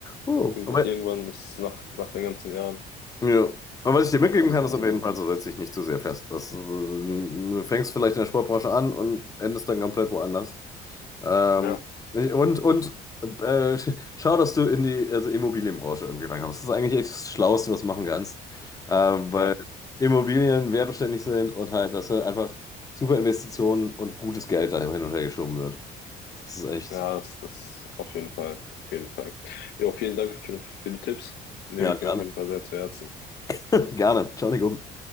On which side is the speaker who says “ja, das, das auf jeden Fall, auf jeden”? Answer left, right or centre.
Left